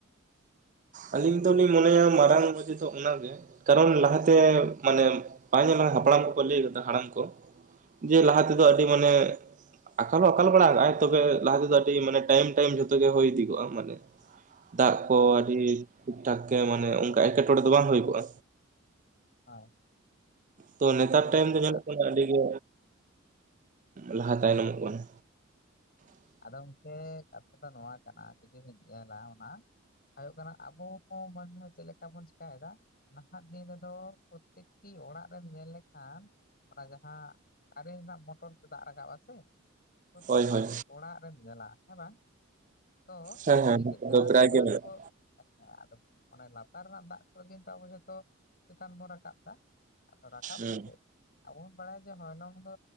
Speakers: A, on the right; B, on the left.
A: ᱟᱹᱞᱤᱧ ᱫᱚᱞᱤᱧ ᱢᱚᱱᱮᱭᱟ ᱢᱟᱨᱟᱝ ᱵᱟᱡᱤ ᱫᱚ ᱚᱱᱟᱜ ᱜᱮ᱾ ᱠᱟᱨᱚᱱ ᱞᱟᱦᱟᱛᱮ ᱢᱟᱱᱮ ᱵᱟᱭ ᱧᱮᱞ ᱞᱮ ᱦᱟᱯᱲᱟᱢ ᱠᱚ ᱠᱚ ᱞᱟᱹᱭ ᱟᱠᱟᱫᱟ ᱦᱟᱲᱟᱢ ᱠᱚ ᱡᱮ ᱞᱟᱦᱟ ᱛᱮᱫᱚ ᱟᱹᱰᱤ ᱢᱟᱱᱮ ᱟᱠᱟᱞ ᱦᱚᱸ ᱟᱠᱟᱞ ᱵᱟᱲᱟ-ᱟᱭ ᱛᱚᱵᱮ ᱞᱟᱦᱟ ᱛᱮᱫᱚ ᱟᱹᱰᱤ ᱴᱟᱭᱤᱢ ᱴᱟᱭᱤ ᱡᱚᱛᱚ ᱜᱮ ᱦ ᱦᱩᱭ ᱤᱫᱤᱜᱼᱟ ᱢᱟᱱᱮ- ᱫᱟᱜ ᱠᱚ
B: ᱦᱳᱭ ᱦᱳᱭ
A: ᱟᱹᱰᱤ ᱴᱷᱤᱠ ᱴᱷᱟᱠ ᱜᱮ ᱢᱟᱱᱮ ᱚᱱᱠᱟ ᱮᱸᱴᱠᱮᱴᱚᱲᱮ ᱫᱚ ᱵᱟᱝ ᱦᱩᱭ ᱠᱚᱜᱼᱟ᱾
B: ᱦᱳᱭ
A: ᱛᱚ
B: ᱚᱱᱟ
A: ᱱᱮᱛᱟᱨ
B: ᱢᱟ ᱠᱟᱛᱷᱟ
A: ᱴᱟᱭᱢ
B: ᱠᱟᱱ
A: ᱫᱚ
B: ᱜᱮ
A: ᱧᱮᱞᱚᱜ ᱠᱟᱱᱟ ᱟᱹᱰᱤᱜᱮ ᱞᱟᱦᱟ ᱛᱟᱭᱱᱚᱢᱚᱜ ᱠᱟᱱᱟ᱾
B: ᱟᱫᱚ ᱜᱚᱝᱠᱮ ᱠᱟᱛᱷᱟ ᱫᱚ ᱱᱚᱣᱟ ᱠᱟᱱᱟ ᱡᱩᱫᱤ ᱵᱱ ᱧᱮᱞᱟ ᱚᱱᱟ ᱦᱩᱭᱩᱜ ᱠᱟᱱᱟ ᱟᱵᱚ ᱦᱚᱸ ᱢᱚᱱᱮ ᱪᱮᱫ ᱞᱮᱠᱟ ᱵᱚᱱ ᱪᱮᱠᱟᱭᱮᱫᱟ ᱱᱟᱦᱟᱜ ᱫᱤᱱ ᱨᱮᱫᱚ ᱯᱨᱚᱛᱮᱠᱴᱤ ᱚᱲᱟᱜ ᱨᱮᱢ ᱧᱮᱞ ᱞᱮᱠᱷᱟᱱ ᱚᱱᱟ ᱡᱟᱦᱟᱸ ᱠᱟᱨᱮᱱᱴ ᱨᱮᱱᱟᱜ ᱢᱚᱴᱚᱨ ᱛᱮ ᱫᱟᱜ ᱨᱟᱠᱟᱵ ᱟ ᱥᱮ ᱯᱨᱚᱛᱮᱠᱴᱤ
A: ᱦᱳᱭ ᱦᱳᱭ
B: ᱚᱲᱟᱜ ᱨᱮᱢ ᱧᱮᱞᱟ ᱦᱮᱸ ᱵᱟᱝ ᱛᱚ
A: ᱦᱮᱸ ᱦᱮᱸ
B: ᱪᱤᱠᱟᱹᱜ
A: ᱱᱚᱛᱮ
B: ᱠᱟᱱᱟ
A: ᱫᱚ ᱯᱨᱟᱭ
B: ᱚᱱᱟ
A: ᱜᱮ ᱢᱮᱱᱟᱜᱼᱟ
B: ᱠᱚ ᱦᱮᱸ ᱟᱫᱚ ᱚᱱᱮ ᱞᱟᱛᱟᱨ ᱨᱮᱱᱟᱜ ᱫᱟᱜ ᱠᱚᱫᱚ ᱠᱤᱱᱛᱩ ᱟᱵᱚ ᱡᱚᱛᱚ ᱪᱮᱛᱟᱱ ᱵᱚᱱ ᱨᱟᱠᱟᱵ ᱮᱫᱟ ᱟᱫᱚ ᱨᱟᱠᱟᱵ
A: ᱦᱩᱸ
B: ᱠᱟᱛᱮᱫ ᱟᱵᱚ ᱵᱚᱱ ᱵᱟᱲᱟᱭᱟ ᱡᱮ ᱦᱚᱭᱞᱚᱝ ᱫᱚ